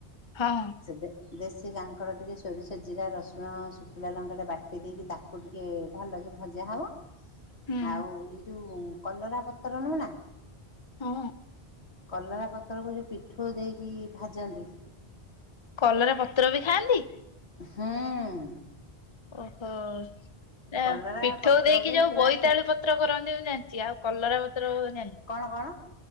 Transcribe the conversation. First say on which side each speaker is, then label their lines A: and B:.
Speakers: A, on the left; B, on the left.
A: ହଁ ହଁ।
B: ସେ ଦେ ଦେଶୀ କାଙ୍କଡ଼ ଟିକେ ସୋରିଷ, ଜିରା, ରସୁଣ, ଶୁଖିଲା ଲଙ୍କାଟା ବାଟି ଦେଇକି ତା ତାକୁ ଟିକେ ଭଲକି ଭଜା ହବ
A: ହୁଁ
B: ଆଉ ଏଇ ଯୋଉ କଲରା ପତ୍ର ନୁହ ନା
A: ହଁ
B: କଲରା ପତ୍ରକୁ ଯୋଉ ପିଠଉ ଦେଇକି ଭାଜନ୍ତି
A: କଲରା ପତ୍ର ବି ଖାଆନ୍ତି?
B: ହୁଁ ଉଁ
A: ଓହୋ, ନା
B: କଲରା
A: ପିଠଉ
B: ପତ୍ରକୁ
A: ଦେଇକି ଯୋଉ
B: ପୁରା
A: ବୋଇତାଳୁ
B: ଟି
A: ପ ପତ୍ର କରନ୍ତି ମୁଁ ଜାଣିଚି, ଆଉ କଲରା ପତ୍ର ଜାଣିନି।
B: କଣ କଣ?